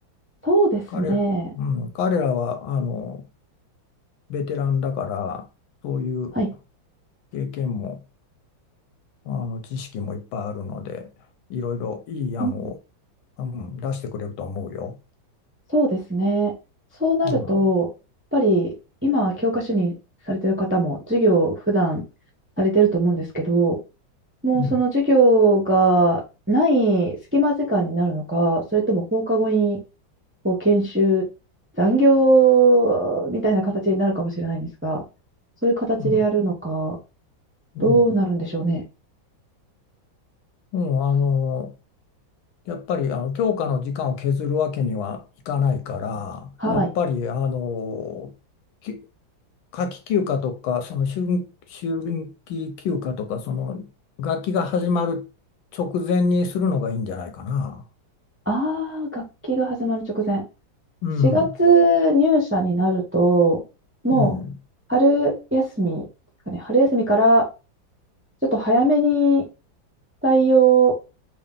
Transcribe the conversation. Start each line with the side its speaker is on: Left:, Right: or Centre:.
Right: そうですね。
Left: 彼ら、うん、彼らは、あの、ベテランだから、そういう
Right: はい。
Left: 経験もあの知識もいっぱいあるので、いろいろいい案を、
Right: うん、
Left: うん、出してくれると思うよ。
Right: そうですね。そうなると、
Left: うん。
Right: やっぱり今は教科書にされてる方も授業を普段されてると思うんですけど、もうその授業がない隙間時間になるのか、
Left: うん。
Right: それとも放課後にこう研修、残業みたいな形になるかもしれないんですが、そういう形でやるのか、
Left: うん。うん、
Right: どうなるんでしょうね。
Left: うんあの、やっぱりあの教科の時間を削るわけにはいかないから、
Right: はい。
Left: やっぱりあの、き夏季休暇とか、その春、春季休暇とか、その学期が始まる直前にするのがいいんじゃないかな。
Right: ああ、楽器が始まる直前。
Left: うん。
Right: 4月入社になると、もう春休みですかね、
Left: うん。
Right: 春休みからちょっと早めに対応